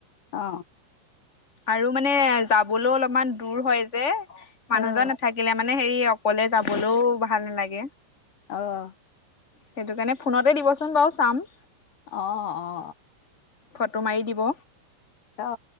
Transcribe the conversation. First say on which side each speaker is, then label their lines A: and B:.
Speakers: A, on the left (about 65°); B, on the left (about 25°).
A: অ।
B: আৰু মানে যাবলৈ অলপ। মান দূৰ হয় যে। মানুহজন
A: অঁ
B: নাথাকিলে মানে হেৰি অ। অকলে যাবলৈও ভাল নালাগে।
A: অহ।
B: সেইটো কাৰণে ফোনতে দিবচোন বাৰু চাম।
A: অহ অ অ।
B: ফটো মাৰি দিব।
A: অ